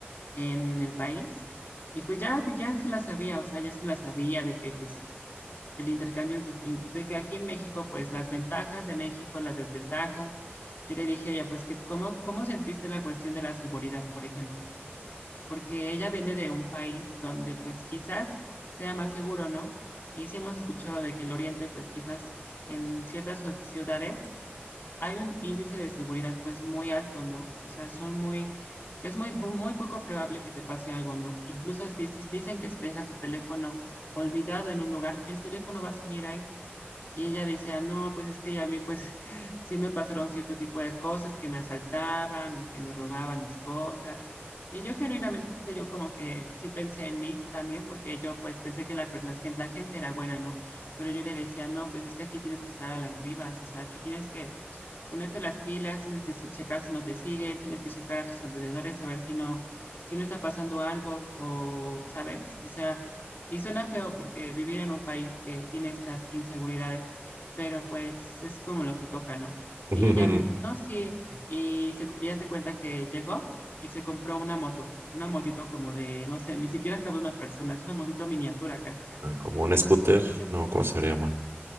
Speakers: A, on the left (about 55°); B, on the right (about 80°).
A: en el país y pues ya, ya se la sabía, o sea, ya se la sabía de que pues El intercambio de que aquí en México, pues las ventajas de México, las desventajas. Yo le dije a ella, pues, que, ¿cómo, cómo sentiste la cuestión de la seguridad, por ejemplo? Porque ella viene de un país donde, pues, quizás sea más seguro, ¿no? Y sí hemos escuchado de que el Oriente, pues, quizás en ciertas ciudades hay un índice de seguridad, pues, muy alto, ¿no? O sea, son muy, es muy, muy poco probable que te pase algo, ¿no? Incluso si- si- dicen que si dejas tu teléfono olvidado en un lugar, el teléfono va a seguir ahí. Y ella decía, no, pues es que ya a mí pues <laughs> sí me pasaron cierto tipo de cosas, que me asaltaban o que me robaban mis cosas. Y yo genuinamente, yo como que sí pensé en mí también, porque yo pues pensé que la, la gente, la gente era buena, ¿no? Pero yo le decía, no, pues es que aquí tienes que estar a las vivas, o sea, aquí tienes que ponerte las pilas, tienes que checar si no te siguen, tienes que checar a tus alrededores, saber si no, si no está pasando algo o, ¿sabes? O sea, y suena feo porque vivir en un país que tiene estas inseguridades, pero pues es como lo que toca, ¿no?
B: <laughs>
A: Y ya me dijo, no, sí, y, se, y haz de cuenta que llegó y se compró una moto, una motito como de, no sé, ni siquiera cabe una persona, es una motito miniatura casi, casi.
B: Ah, Como un scooter,
A: Y siempre,
B: no, ¿cómo se llama?